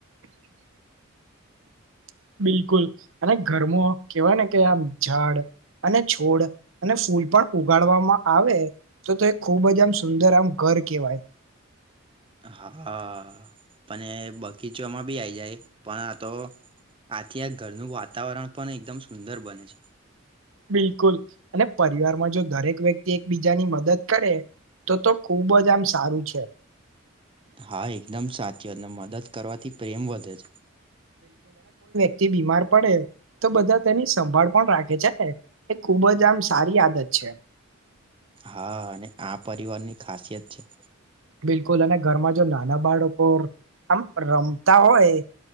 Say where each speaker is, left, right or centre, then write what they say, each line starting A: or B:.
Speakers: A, on the right; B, on the right.
A: <inaudible> બિલકુલ અને ઘરમો કેવાય ને કે આમ ઝાડ અને છોડ અને ફૂલ પણ ઉગાડવામાં આવે તો એ ખૂબ જ આમ સુંદર આમ ધ ર કેવાય.
B: હા અને બગીચામાં બી આઈ જાય પણ આ તો આથી આ ઘરનું વાતાવરણ પણ એકદમ સુંદર બને છે.
A: બિલકુલ અને પરિવારમાં જો દરેક વ્યક્તિ એકબીજાની મદદ કરે. તો તો ખુબ જ આમ સારું છે.
B: હા એકદમ સાથીઓને મદદ કરવાથી પ્રેમ વધે છે.
A: થી, બીમાર પડે. તો બધા તેની સંભાળ પણ રાખે છે, એ ખૂબજ આમ સારી આદત છે.
B: હા, અને આ પરિવારની ખાસિયત છે.
A: બિલકુલ, અને ઘરમા જો નાના બાળકો આમ રમતા હોય.